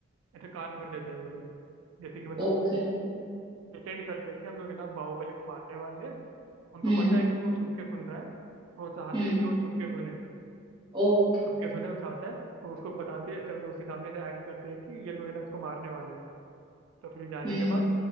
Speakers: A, on the right (about 80°); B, on the right (about 20°).
A: ऐसे कान भर देते हैं वो लोग जैसे कि मतलब
B: ओके
A: pretend करते हैं कि हम लोग है ना बाहुबली को मारने वाले हैं उनको
B: हम्म
A: पता
B: okay।
A: है कि वो छुप के सुन रहा है वो चाहते
B: हम्म
A: हैं कि वो छुप के सुने
B: ओके
A: छुप के सुने वो चाहता है वो उसको बताते हैं ऐसे मतलब उसके सामने से एक्ट करते हैं कि ये लोग है ना उसको मारने वाले हैं तो फिर जाने
B: हम्म
A: के बाद